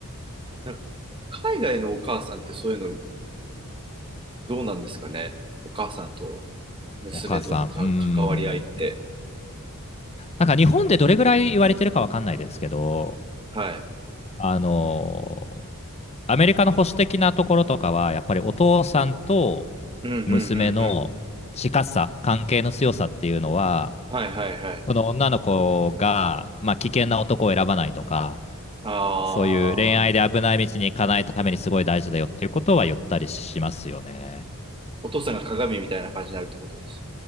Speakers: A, on the right; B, on the left.
A: なんか海外のお母さんってそういうのどうなんですかね。お母さんと娘とのか関わり合いって。
B: お母さん、うーん。なんか日本でどれぐらい言われてるかわかんないですけど、
A: はい。
B: あの、アメリカの保守的なところとかは、やっぱりお父さんと
A: うん、うん、
B: 娘の近さ、
A: うん、うん。
B: 関係の強さっていうのは、
A: はい、はい、はい。
B: この女の子が、まあ、危険な男を選ばないとか、
A: ああ、
B: そういう恋愛で危ない道に行かないためにすごい大事だよっていうことは言ったりしますよね。
A: お父さんが鏡みたいな感じになるってことです。